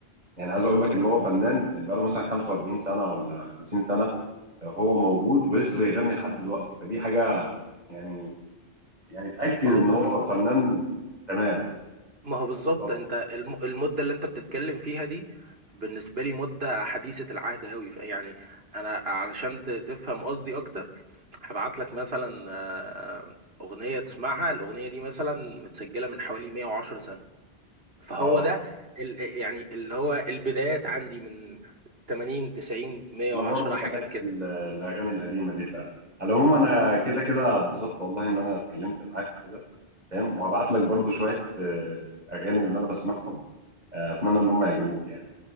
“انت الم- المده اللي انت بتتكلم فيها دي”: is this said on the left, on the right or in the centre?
Right